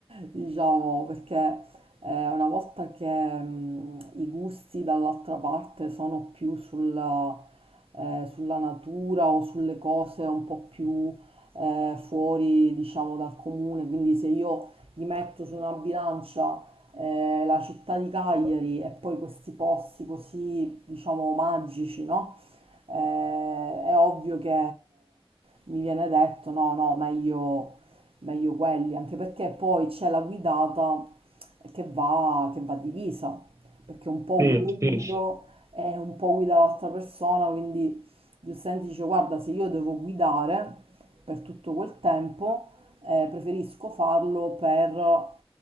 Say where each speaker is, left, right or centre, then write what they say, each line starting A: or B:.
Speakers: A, on the right; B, on the right.
A: diciamo, perché eh, una volta che mm, i gusti dall'altra parte sono più sulla, eh, sulla natura o sulle cose un po' più eh, fuori, diciamo, dal comune, quindi se io gli metto su una bilancia eh, la città di Cagliari e poi questi posti così, diciamo, magici, no? eh, è ovvio che mi viene detto no, no, meglio, meglio quelli, anche perché poi c'è la guidata che va, che va divisa, perché un po'
B: sì,
A: guido
B: sì,
A: io
B: sì.
A: e un po' guida l'altra persona, quindi giustamente dice guarda, se io devo guidare per tutto quel tempo, eh, preferisco farlo per